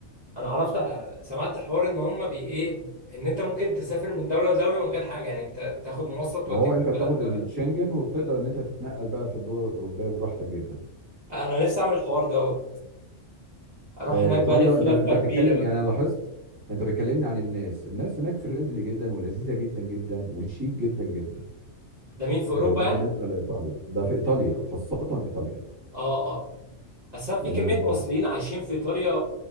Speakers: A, on the right; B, on the right.
A: انا عرفت سمعت حوار ان هم بي ايه ان انت ممكن تسافر من دوله لدوله من غير حاجه يعني انت تاخد مواصلة
B: ما
A: توديك
B: هو انت
A: من
B: بتاخد
A: بلد لبلد
B: الشنجن وبتقدر ان انت تتنقل بقى في الدول الاوروبيه براحتك جدا
A: انا نفسي اعمل الحوار دوت اروح
B: آه،
A: هناك
B: ايطاليا
A: بقى الف
B: انت
A: لفه
B: انت بتتكلم
A: كبيره بقى
B: يعني انا لاحظت انت بتكلمني عن الناس الناس هناك فريندلي جدا ولذيذه جدا جدا وشيك جدا جدا
A: ده مين في
B: آه،
A: اوروبا
B: ده
A: يعني
B: بالنسبه لايطاليا ده في ايطاليا خاصه ايطاليا
A: اه اه اصلا في
B: يعني
A: كميه
B: ما-
A: مصريين عايشين في ايطاليا